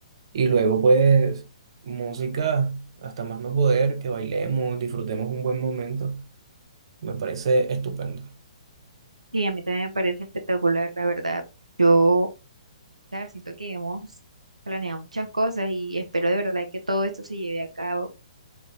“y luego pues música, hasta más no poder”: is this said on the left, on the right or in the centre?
Right